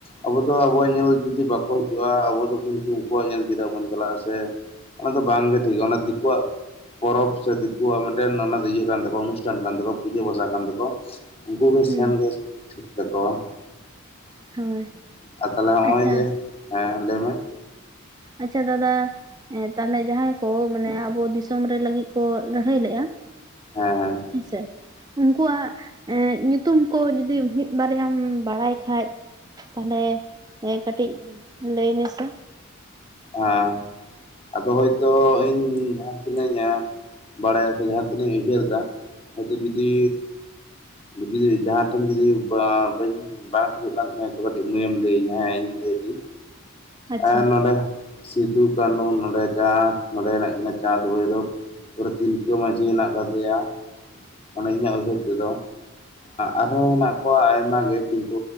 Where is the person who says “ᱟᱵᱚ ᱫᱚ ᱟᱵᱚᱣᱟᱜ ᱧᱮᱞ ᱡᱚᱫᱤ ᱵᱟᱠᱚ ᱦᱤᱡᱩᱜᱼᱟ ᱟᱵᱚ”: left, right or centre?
Left